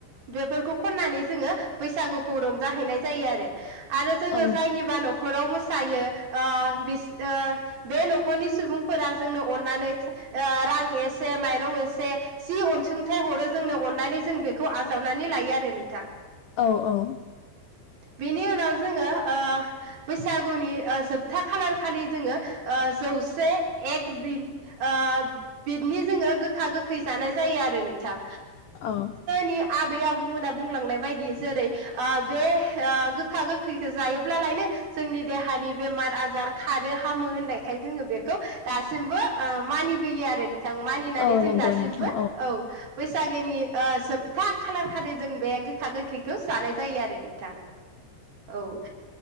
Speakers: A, on the right (about 55°); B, on the left (about 85°).
A: बेफोरखौ खन्नानै जोङो बैसागुखौ रंजाहैनाय जायो आरो। आरो जोङो
B: औ
A: जायनिबा न'खराव मोसा सायो ओ बिस ओ बे नखरनि सुबुंफोरा जोंनो अननानै थ ओ रां एसे माइरं एसे जि अनसुंथाइ हरो जोंनो अननानै जों बेखौ आजावनानै लायो आरो नोंथां।
B: औ औ।
A: बेनि उनाव जोङो ओ बैसागुनि ओ जोबथा खालार खालि जोङो ओ जौसे एक बि ओ बिदनि जोङो गोखा गोखै जानाय जायो आरो नोंथां।
B: औ
A: नि आबै आबौमोना बुंलांनाय बायदि जेरै ओह बे ओ गोखा गोखैखौ जायोब्लालायनो जोंनि देहानि बेमार आजार खानो हामो होननायखाय जोङो बेखौ दासिमबो ओ मानिबोयो आरो नो थां मानिनानै
B: औ
A: जों
B: नंगौ
A: दासिमबो
B: नोंथां
A: औ। बैसागिनि ओ जोबथा खालार खालि जों बे गोखा गोखैखौ जानाय जायो आरो नों थां औ ओ